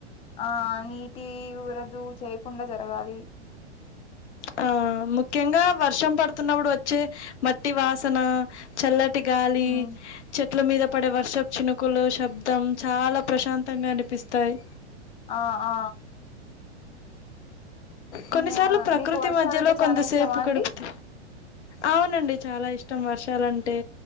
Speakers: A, on the left (about 15°); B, on the left (about 75°).
A: ఆ నీ టి వరదు చేయకుండా జరగాలి
B: ఆ ముఖ్యంగా వర్షం పడుతున్నప్పుడు వచ్చే మట్టి వాసన చల్ల టి గాల
A: ఉమ్
B: చె చెట్ల మీద పడే వర్షపు చినుకులు శబ్దం చాలా ప్రశాంతంగా అనిపిస్తాయి
A: ఆ ఆ
B: కొన్నిసార్లు
A: యాహ్!
B: ప్రకృతి
A: మీకు వర్షాలంటే
B: మధ్యలో
A: చానా
B: కొంత
A: ఇష్టమా
B: సేపు
A: అండి
B: గడుపుత అవునండి చాలా ఇష్టం వర్షాలంటై